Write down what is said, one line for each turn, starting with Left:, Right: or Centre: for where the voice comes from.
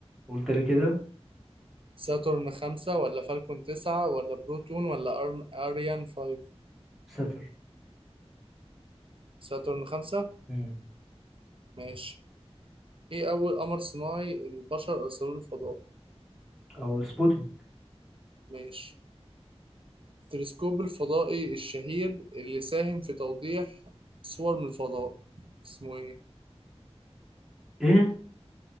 Centre: قول تاني كده
Right: ساتورن خمسة ولا فالكون تسعة ولا بروتون ولا أر- أريان فايف
Centre: ساتر
Right: ساترن خمسة
Centre: مم.
Right: ماشي ايه أول قمر صناعي البشر أرسلوه الفضاء
Centre: او سبوتنيك
Right: ماشي التلسكوب الفضائي الشهير اللي ساهم في توضيح صور من الفضاء اسمه ايه
Centre: ايه